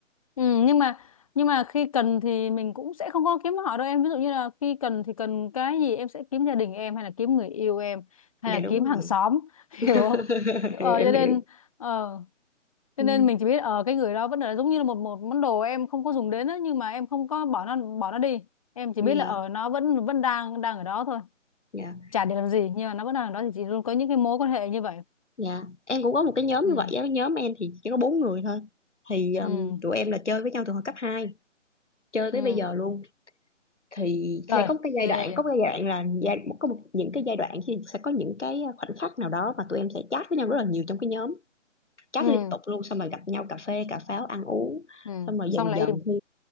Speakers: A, on the left; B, on the left.
A: Ừ, nhưng mà nhưng mà khi cần thì mình cũng sẽ không có kiếm họ đâu em ví dụ như là khi cần thì cần cái gì em sẽ kiếm gia đình em hay là kiếm người yêu em hay
B: dạ
A: là
B: đúng
A: kiếm
B: rồi
A: hàng xóm <laughs> hiểu
B: <laughs>
A: không ờ,
B: Hiểu, em
A: cho nên
B: hiểu
A: ờ, cho
B: ừ.
A: nên mình chỉ biết ở cái người đó vẫn là giống như là một một món đồ em không có dùng đến á, nhưng mà em không có bỏ nó bỏ nó đi em chỉ
B: dạ
A: biết là ở nó vẫn vẫn đang đang ở đó thôi
B: dạ
A: chả để làm gì nhưng mà nó vẫn đang ở đó thì chị luôn có những cái mối quan hệ như vậy
B: dạ em cũng có một cái nhóm
A: ừ
B: như vậy á. cái nhóm em thì chỉ có bốn người thôi thì um,
A: ừ
B: tụi em là chơi với nhau từ hồi cấp hai chơi tới
A: ừ
B: bây giờ luôn thì
A: rồi
B: sẽ có một cái giai
A: ghê
B: đoạn có một cái giai đoạn là giai có một, những cái giai đoạn thì sẽ có những cái khoảnh khắc nào đó mà tụi em sẽ chat với nhau rất là nhiều trong cái nhóm chat
A: ừ
B: liên tục luôn xong rồi gặp nhau cà phê cà pháo ăn uống
A: ừ
B: xong rồi dần
A: xong lại
B: dần
A: im
B: thì